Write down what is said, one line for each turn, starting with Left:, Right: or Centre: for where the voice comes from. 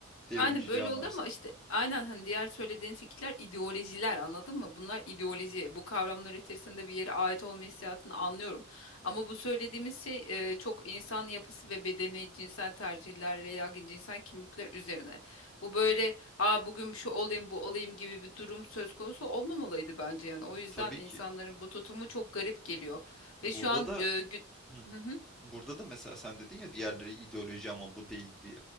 Centre: devrimciliği
Left: Aynen böyle
Centre: anlarsın.
Left: oldu ama işte aynen hani diğer söylediğin fikirler ideolojiler anladın mı? Bunlar ideoloji. Bu kavramlar içerisinde bir yere ait olma hissiyatını anlıyorum. Ama bu söylediğimiz şey e, çok insan yapısı ve bedeni, cinsel tercihler veya cinsel kimlikler üzerine. Bu böyle aa bugün şu olayım bu olayım gibi bir durum söz konusu olmamalıydı bence yani. O yüzden
Centre: Tabii
Left: insanların
Centre: ki.
Left: bu tutumu çok garip geliyor.
Centre: Burada
Left: Ve şu an
Centre: da
Left: e, gü-
Centre: Hı.
Left: Hı hı,
Centre: Burada da mesela sen dedin ya diğerleri ideoloji ama bu değil diye.